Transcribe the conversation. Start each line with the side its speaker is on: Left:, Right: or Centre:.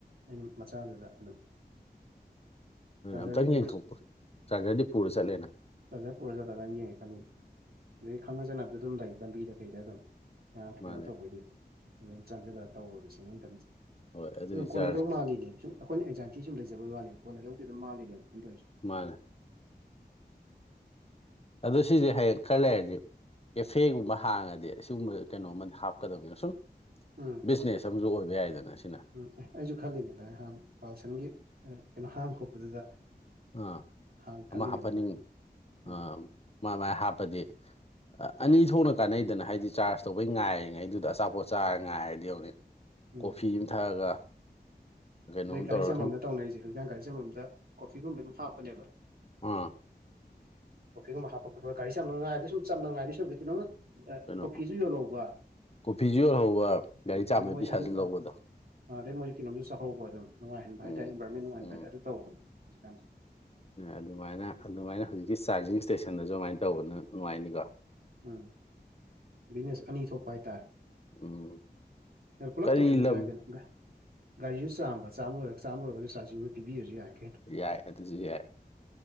Right: ꯑꯩꯩꯅ ꯃꯆꯥꯗꯨꯗ ꯑꯗꯨꯝ
Left: ꯑꯗꯨꯅ
Right: ꯆꯥꯔꯖꯔꯗꯤ
Left: ꯑꯝꯇꯪ
Right: ꯄꯨꯔꯁꯤ
Left: ꯌꯦꯡꯊꯣꯛꯄꯥ ꯆꯥꯔꯖ꯭ꯔꯗꯤ ꯄꯨꯔ ꯆꯠꯂꯦꯅ
Right: ꯆꯥꯔꯖ꯭ꯔ ꯄꯨꯔ ꯆꯠꯂꯀꯥꯟ ꯌꯦꯡꯉꯦ ꯈꯜꯂꯤ ꯑꯗꯩ ꯈꯪꯅ ꯆꯅꯕꯁꯨ ꯑꯗꯨꯝ ꯂꯩ ꯂꯝꯕꯤꯗ ꯀꯩꯗ ꯑꯗꯨꯝ ꯑ ꯀꯩꯅꯣ
Left: ꯃꯥꯅꯦ
Right: ꯇꯧꯕ ꯑꯣꯏꯗꯤ ꯑꯗꯨꯝ ꯆꯪꯁꯜꯂ ꯇꯧꯔꯒꯦꯁꯤꯅꯤ ꯑꯩꯅ ꯈꯜꯂꯤꯖꯦ
Left: ꯍꯣꯏ ꯑꯗꯨꯒꯤ
Right: ꯗꯣ ꯀꯣꯟꯅꯗꯧ
Left: ꯆꯥꯔꯖ
Right: ꯃꯥꯜꯂꯤꯅꯦ ꯁꯨꯝ ꯑꯩꯈꯣꯏꯅ ꯑꯦꯟꯖꯥꯏꯇꯤ ꯁꯨꯝ ꯂꯩꯖꯕꯩ ꯋꯥꯅꯦꯕ ꯀꯣꯟꯅ ꯗꯧꯗꯤ ꯑꯗꯨꯝ ꯃꯥꯜꯂꯤꯅꯦꯕ ꯑꯗꯨꯏꯁꯨ
Left: ꯃꯥꯅꯦ ꯑꯗꯨ ꯁꯤꯁꯦ ꯍꯌꯦꯡ ꯈꯔ ꯂꯩꯔꯗꯤ ꯀꯦꯐꯦꯒꯨꯝꯕ ꯍꯥꯡꯉꯗꯤ ꯑꯁꯤꯒꯨꯝꯕ ꯀꯩꯅꯣ ꯑꯃꯗꯤ ꯍꯥꯞꯀꯗꯕꯅꯤ ꯁꯨꯝ
Right: ꯎꯝ
Left: ꯕꯤꯖꯅꯦꯁ ꯑꯃꯁꯨ ꯑꯣꯏꯕ ꯌꯥꯏꯗꯅ ꯁꯤꯅ
Right: ꯎꯝ ꯑꯦ ꯑꯩꯁꯨ ꯈꯜꯂꯤꯅꯦꯗꯥꯏ ꯍꯥꯡ ꯄꯥꯜꯁꯟꯒꯤ ꯑꯥ ꯀꯩꯅꯣ ꯍꯥꯡ ꯈꯣꯠꯄꯗꯨꯗ
Left: ꯑꯥ
Right: ꯍꯥꯡ ꯈꯜꯂꯤꯅꯦꯕ
Left: ꯑꯃ ꯍꯥꯞꯄꯟꯅꯤꯡꯉꯤ
Right: ꯑꯗꯨꯃꯥꯏꯅ ꯎꯝ
Left: ꯑꯥ ꯃꯥ ꯃꯥꯥꯏ ꯍꯥꯞꯄꯗꯤ ꯑꯅꯤ ꯊꯣꯛꯅ ꯀꯥꯟꯅꯩꯗꯅ ꯍꯥꯏꯗꯤ ꯆꯥꯔꯖ ꯇꯧꯕꯩ ꯉꯥꯏꯔꯤꯉꯩꯗꯨꯗ ꯑꯆꯥꯄꯣꯠ ꯆꯥꯔ ꯉꯥꯏꯔꯗꯤ ꯌꯧꯅꯤ
Right: ꯎꯝ
Left: ꯀꯣꯐꯤ ꯑꯃ ꯊꯛꯑꯒ ꯀꯩꯅꯣꯝ
Right: ꯑꯗꯩ ꯒꯥꯔꯤ
Left: ꯇꯧꯔꯒ
Right: ꯆꯥꯝꯕꯝꯗ
Left: ꯁꯨꯝ
Right: ꯇꯧꯅꯔꯤꯁꯦ ꯍꯧꯖꯤꯀꯥꯟ ꯒꯥꯔꯤ ꯆꯥꯝꯕꯝꯗ ꯀꯣꯐꯤꯒꯨꯝꯕ ꯑꯗꯨꯝ ꯍꯥꯞꯄꯅꯦꯕ
Left: ꯑꯥ
Right: ꯀꯣꯐꯤꯒꯨꯝꯕ ꯍꯥꯞꯄ ꯈꯣꯠꯄ ꯒꯥꯔꯤ ꯆꯥꯝꯕ ꯉꯥꯏꯕ ꯁꯨꯝ ꯆꯝꯅꯥ ꯉꯥꯏꯗꯨꯏ ꯁꯔꯨꯛꯄꯨꯗꯤ ꯀꯩꯅꯣꯝꯃꯥ
Left: ꯀꯩꯅꯣ
Right: ꯀꯣꯐꯤꯁꯨ ꯌꯣꯜꯍꯧꯕ
Left: ꯀꯣꯐꯤꯁꯨ ꯌꯣꯜꯍꯧꯕ ꯒꯥꯔꯤ
Right: <unintelligible>
Left: ꯆꯥꯝꯕꯩ
Right: ꯃꯣꯏ
Left: ꯄꯩꯁꯥꯁꯨ
Right: ꯑꯗꯨꯝ
Left: ꯂꯧꯕꯗꯣ
Right: ꯑꯥ ꯑꯥ ꯑꯗꯩꯩ ꯃꯣꯏꯁꯨ ꯀꯩꯅꯣꯃꯗꯤ ꯆꯥ ꯍꯧꯕ ꯑꯗꯨ ꯅꯨꯡꯉꯥꯏꯍꯟꯕ
Left: ꯎꯝ
Right: ꯍꯥꯏ ꯇꯥꯏ ꯏꯟꯚꯥꯏꯔꯟꯃꯦꯟ ꯅꯨꯡꯉꯥꯏꯍꯟꯕ
Left: ꯎꯝ
Right: ꯍꯥꯏꯇꯥꯏ ꯑꯗꯨ ꯇꯧꯕꯅꯦ ꯍꯧꯖꯤꯛꯀꯥꯟꯁꯦ
Left: ꯑꯗꯨꯃꯥꯏꯅ ꯑꯗꯨꯃꯥꯏꯅ ꯍꯧꯖꯤꯛꯀꯤ ꯆꯥꯔꯖꯤꯡ ꯏꯁꯇꯦꯁꯟꯗꯁꯨ ꯑꯗꯨꯃꯥꯏꯅ ꯇꯧꯕꯅ ꯅꯨꯡꯉꯥꯏꯅꯤꯀꯣ
Right: ꯎꯝ ꯕꯤꯖꯤꯅꯦꯁ ꯑꯅꯤ ꯊꯣꯛꯄ ꯍꯥꯏꯇꯥꯔꯦ
Left: ꯎꯝ
Right: ꯄꯨꯂꯞ
Left: ꯀꯔꯤ
Right: ꯇꯧꯁꯤꯜꯂꯁꯨ
Left: ꯂꯝ
Right: ꯌꯥꯏ ꯀꯩꯅꯣ ꯒꯥꯔꯤꯁꯨ ꯆꯥꯝꯕ ꯆꯥꯝ ꯂꯣꯏꯔꯒ ꯆꯥꯝꯔꯒꯁꯨ ꯆꯥꯔꯖꯤꯠꯗꯨ ꯄꯤꯕꯤꯔꯁꯨ ꯌꯥꯏ ꯀꯩꯅꯣ
Left: ꯌꯥꯏ ꯑꯗꯨꯁꯨ ꯌꯥꯏ